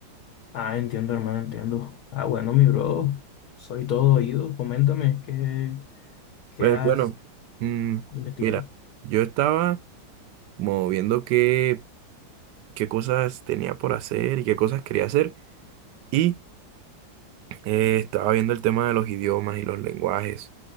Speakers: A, on the left (about 65°); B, on the right (about 70°).
A: Ah, entiendo, hermano, entiendo. Ah, bueno, mi bro, soy todo oído. Coméntame, ¿qué, qué
B: Pues
A: has
B: bueno, mm,
A: investigado?
B: mira, yo estaba como viendo qué, qué cosas tenía por hacer y qué cosas quería hacer y Eh, estaba viendo el tema de los idiomas y los lenguajes.